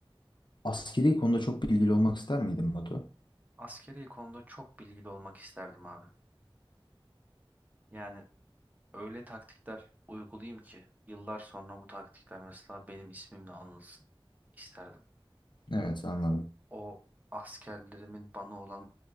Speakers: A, on the left (about 55°); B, on the right (about 20°).
A: askeri konuda çok bilgili olmak ister miydin Batu?
B: Askeri konuda çok bilgili olmak isterdim abi. Yani öyle taktikler uygulayayım ki yıllar sonra bu taktikler mesela benim ismimle anılsın isterdim.
A: Evet anladım.
B: O askerlerimin bana olan